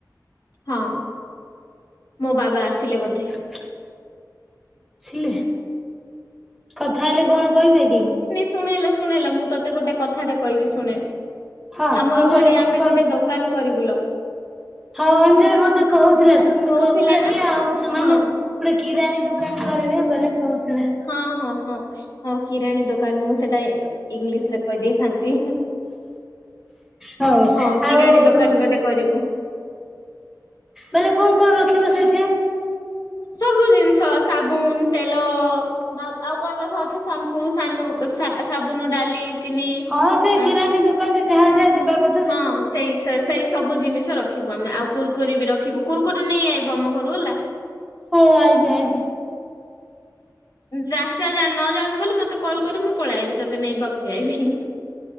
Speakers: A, on the left; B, in the centre.
A: ହଁ ମୋ ବାବା ଆସିଲେ ବୋଧେ।
B: <unintelligible> ସି କଥା ହେଲେ କଣ କହିବେ କି?
A: ଶୁଣେଲ ଶୁଣେଲ ମୁଁ ତୋତେ ଗୋଟେ କଥାଟା କହିବି ଶୁଣେ।
B: ହଁ
A: ଆମର
B: ଅଞ୍ଜଳି
A: ଘରେ
B: କୁ
A: ଆମେ
B: ବି କହିଥିଲୁ।
A: ଗୋଟେ ଦୋକାନ କରିବୁଲୋ
B: ହଁ ଯେ ମତେ କୋହୁଥିଲା ସୁମି
A: କହୁଥିଲା
B: କୋହୁଥିଲା
A: ନା
B: କି ଆଉ ସେମାନେ
A: ହଁ
B: ଗୋଟେ କିରାଣୀ ଦୁକାନ କରିବେ ବୋଲି କୋହୁଥିଲା।
A: ହଁ ହଁ ହଁ ହଁ କିରାଣୀ ଦୋ କାନ ମୁଁ ସେଟା ଇ-ଇଂଲିଶରେ କହିଦେଇଥାନ୍ତି।
B: ହଉ
A: ହଁ କିରାଣୀ
B: ଆଉ
A: ଦୋକାନ ଗୋଟେ କରିବୁ।
B: ବୋଇଲେ କଣ କଣ ରଖିବ ସେଠି?
A: ସବୁ ଜିନିଷ ସାବୁନ, ତେଲ ମା ଆଉ କଣ ରଖା ହୋଉଚି ସାମ୍ପୁ ସାନୁ ସା-ସାବୁନ, ଡାଲି ଚିନି
B: ହଁ ସେଇ
A: ଅ,
B: କିରାଣୀ ଦୁକାନରେ ଯାହା ଯାହା ଯିବା କ
A: ହଁ ସେଇ ସେଇ ସେଇ ସ ବୁ ଜିନିଷ ରଖିବୁ ଆମେ ଆଉ କୁୁରକୁରି ବି ରଖିବୁ କୁୁରକୁରି ନେଇ ଆଇବୁ ଆମ ଘରୁ ହେଲା।
B: ହୋଉ ଆଇବି ଆଇବି।
A: ରାସ୍ତା ଜାଣି ନ ଜାଣୁବୁ ବୋଲି ମତେ କଲ୍ କରିବୁ। ମୁଁ ପଳେଆଇବି ତତେ ନେବାକୁ ବି ଆଇବି।